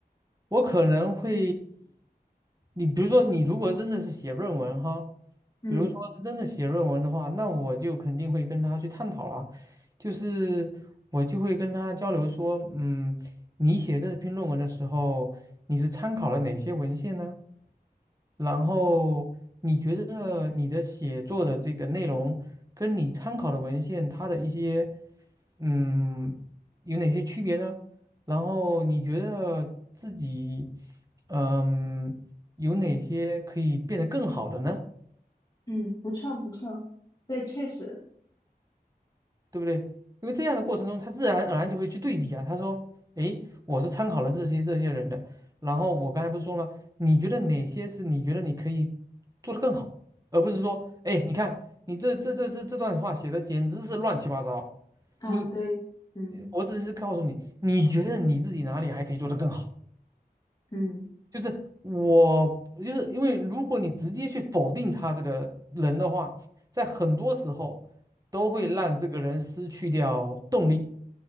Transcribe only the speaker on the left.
嗯
嗯，不错不错，对，确实，
啊，
对，嗯
嗯，